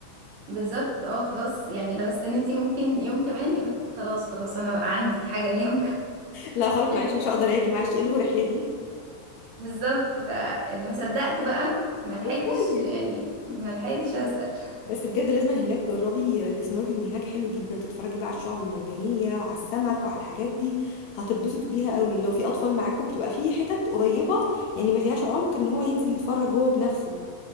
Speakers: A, on the right; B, on the left.
A: بالظبط اه خلاص يعني لو استنيتي ممكن يوم كمان يقول خلاص خلاص انا بقى عندي حاجة اليوم
B: لا خلاص معلش
A: ده
B: مش هقدر اجي معلش الغوا رحلتي
A: بالظبط ف يعني ما صدقت بقى ما لحقتش
B: طب كويس
A: يعني ما لحقتش اسال
B: بس بجد لازم هناك جربي السنوركلينج هناك حلو جدا تتفرجي بقى على الشعب المرجانيه وعلى السمك وعلى الحاجات دي هتتبسطوا بيها قوي لو في اطفال معاكم بتبقى في حتت قريبه يعني ما فيهاش عمق ان هو ينزل يتفرج هو بنفسه